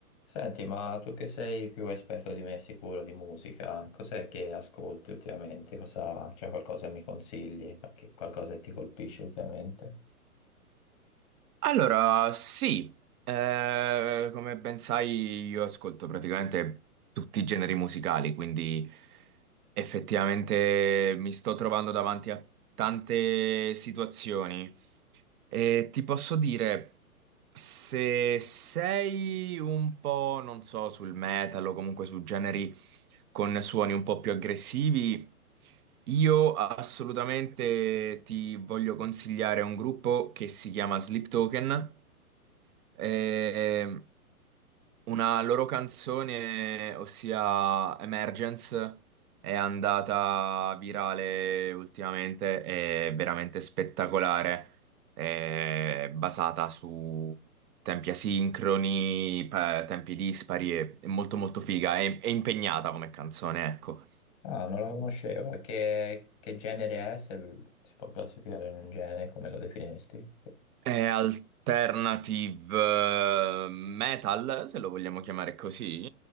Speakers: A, on the left; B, on the right.
A: Senti, ma tu che sei più esperto di me sicuro di musica, cos'è che ascolti ultimamente? Cosa, c'è qualcosa che mi consigli? Qualche- Qualcosa che ti colpisce ultimamente?
B: Allora, sì, Eh, come ben sai io ascolto praticamente tutti i generi musicali, quindi effettivamente mi sto trovando davanti a tante situazioni e ti posso dire, se sei un po', non so, sul metal o comunque su generi con suoni un po' più aggressivi. Io assolutamente ti voglio consigliare un gruppo che si chiama Sleep Token. Eh, una loro canzone, ossia Emergence, è andata virale ultimamente, è veramente spettacolare è basata su tempi asincroni, pa- tempi dispari, è è molto molto figa, è, è impegnata come canzone, ecco.
A: Ah, non la conoscevo. E Che, che genere è? Se l- si può classificare in un genere, come lo definiresti? Che-
B: È alternative eh, metal, se lo vogliamo chiamare così.